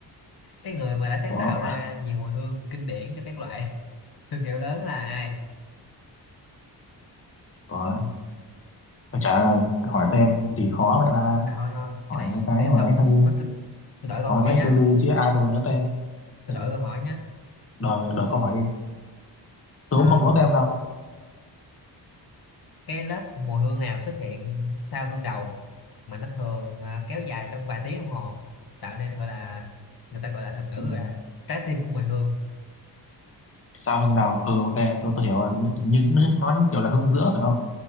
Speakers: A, on the left; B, on the left.
A: cái người mà đã sáng
B: Ủa,
A: tạo ra nhiều mùi hương kinh điển cho các loại <laughs> thương hiệu lớn là ai
B: ủa, ôi trời ơi, hỏi tên thì khó vậy ba.
A: à thôi thôi
B: Hỏi
A: cái này
B: mấy cái
A: để
B: mà
A: tôi
B: ấy thôi,
A: tôi tôi, tôi đổi câu
B: hỏi
A: hỏi
B: mấy cái
A: nhá
B: tư duy chứ ai đâu mà nhớ tên.
A: Tôi
B: Ừ,
A: đổi câu hỏi nhé.
B: đợi, đợi câu hỏi đi. Tôi cũng
A: Àm,
B: không đố tên đâu.
A: cái lớp mùi hương nào xuất hiện sau hương đầu mà nó thường à, kéo dài trong vài tiếng đồng hồ tạo nên gọi là người ta gọi là thuật ngữ
B: Ừ.
A: là trái tim của mùi hương.
B: Sao hương đào? Ừ, ok, tôi tôi hiểu rồi. Nhưng nó nói như kiểu là hương giữa phải không?